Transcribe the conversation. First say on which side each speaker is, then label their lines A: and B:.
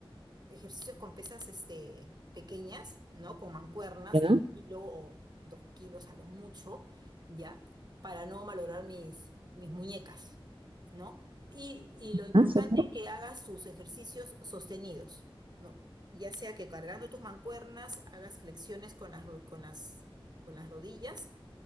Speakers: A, on the right; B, on the right.
A: ejercicios con pesas este, pequeñas, ¿no? Con mancuernas
B: ¿Ya?
A: de un kilo o dos kilos a lo mucho, ¿ya? Para no malograr mis, mis muñecas, ¿no? Y, y lo importante
B: Ah, súper.
A: es que hagas tus ejercicios sostenidos, ¿no? Ya sea que cargando tus mancuernas hagas flexiones con las, ro- con las, con las rodillas,